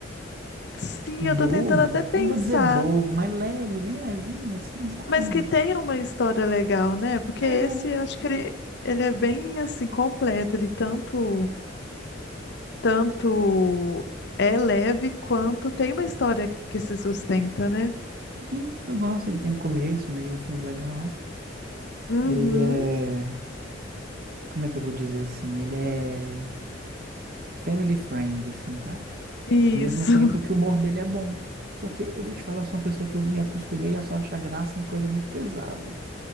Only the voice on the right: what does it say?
bobo.
Não vou dizer bobo, mas leve, bem levinho, assim, sabe?
É,
sim, eu gosto. Ele tem um começo, meio um filme legal.
Ele é, como é que eu vou dizer assim? Ele é family friend, assim, sabe?
Ao mesmo tempo
que o humor dele é bom. Porque eu vou te falar, eu sou uma pessoa que eu me acostumei a só achar graça em coisa muito pesada.